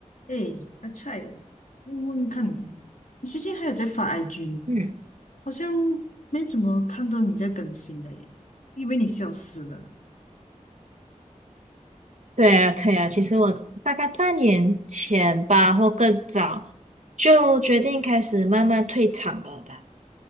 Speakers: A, on the left; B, on the right.
A: 哎，阿菜，问问看你，你最近还有在发 IG 吗？
B: 嗯，
A: 好像没怎么看到你在更新了耶，以为你消失了。
B: 对啊，对啊，其实我大概半年前吧，或更早，就决定开始慢慢退场了吧。